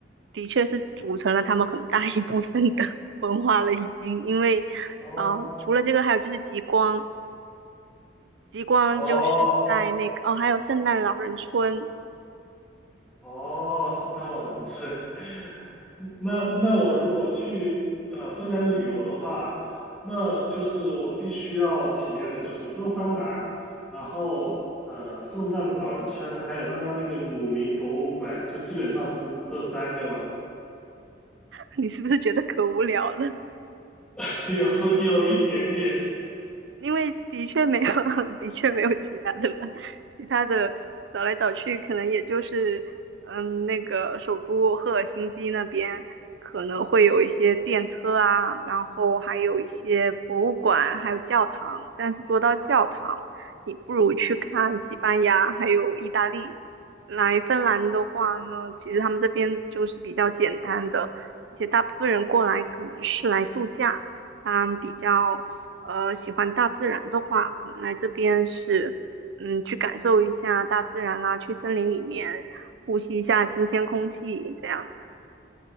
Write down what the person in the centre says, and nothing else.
哦，
哦
哦，圣诞老人村。<laughs> 那那我如果去呃芬兰旅游的话，那就是我必须要体验的就是蒸桑拿，然后呃圣诞老人村，还有刚刚那个姆明博物馆，就基本上是这这三个嘛，
<laughs> 有有一点点，